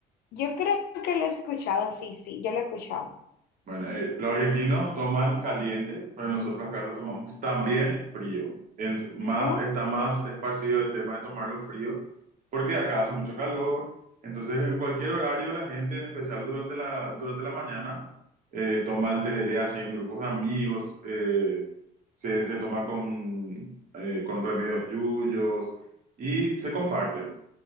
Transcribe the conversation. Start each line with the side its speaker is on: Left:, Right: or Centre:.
Left: yo creo que lo he escuchado, sí, sí, yo lo he escuchado.
Right: Bueno, eh, los argentinos toman caliente, pero nosotros acá lo tomamos también frío. En- más,
Left: Ok.
Right: está más esparcido el tema de tomarlo frío, porque acá hace mucho calor. Entonces, en cualquier horario, la gente, en especial durante la, durante la mañana, eh, toma el tereré así en grupos de amigos, eh, se, se toma con, eh, con remedios yuyos y se comparte.